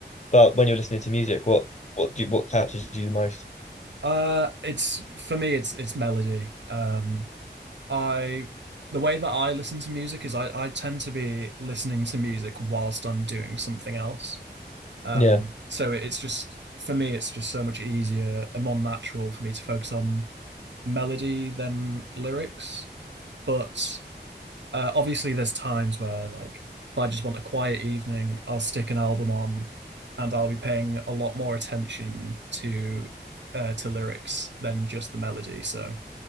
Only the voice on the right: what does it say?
uh it's for me it's it's melody. Um I the way that I listen to music is I I tend to be listening to music whilst I'm doing something else. Um,
so it's just for me, it's just so much easier and more natural for me to focus on melody than lyrics. But uh, obviously, there's times where like if I just want a quiet evening, I'll stick an album on, and I'll be paying a lot more attention to uh, to lyrics than just the melody. So